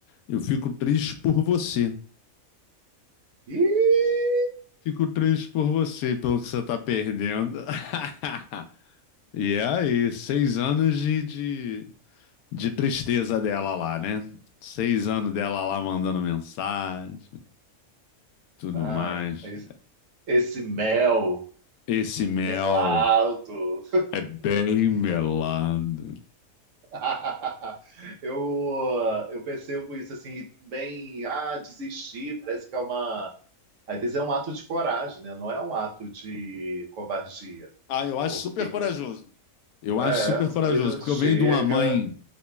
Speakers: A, on the left (about 90°); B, on the right (about 65°).
A: Eu fico triste por você.
B: <laughs> Ih,
A: Fico triste por você, pelo que você tá perdendo. <laughs> E é aí, seis anos de, de, de tristeza dela lá, né? Seis anos dela lá mandando mensagem, tudo
B: ai,
A: mais.
B: mas esse mel
A: Esse mel
B: melado.
A: é bem melado.
B: <laughs> Eu, eu percebo isso assim, bem, ah, desistir, parece que é uma. Às vezes é um ato de coragem, né? Não é um ato de covardia.
A: Ah, eu acho
B: Porque
A: super corajoso. Eu
B: é,
A: acho super
B: sabe,
A: corajoso,
B: já
A: porque
B: chega.
A: eu venho de uma mãe